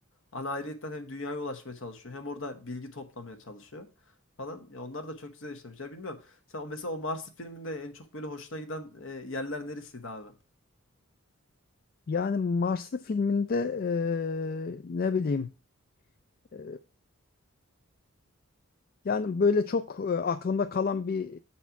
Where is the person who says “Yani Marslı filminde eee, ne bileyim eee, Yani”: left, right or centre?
Left